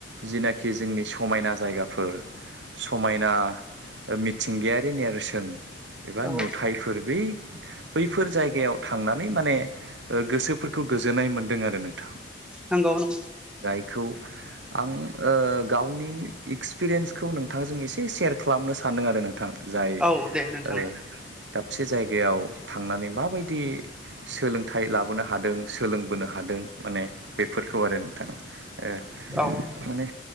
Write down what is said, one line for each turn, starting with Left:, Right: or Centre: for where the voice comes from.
Right: जिनाखि जोंनि समायना जायगाफोर समायना मिथिंगायारि नेरसोन एबा
Centre: औ
Right: नुथायफोर बै बैफोर जायगायाव थांनानै माने गोसोफोरखौ गोजोननाय मोनदों आरो नोंथां
Centre: नंगौ ओं
Right: खौ आं ओ गावनि इक्सपिरियेन्सखौ नोंथांजों एसे सेयार खालामनो सानदों आरो नों जाय
Centre: औ दे नोंथां
Right: ओ दाबसे से जायगायाव थांनानै माबायदि सोलोंथाइ लाबोनो हादों सोलोंबोनो हादों माने बेफोरखौ आरो नोंथां ओ
Centre: औ
Right: माने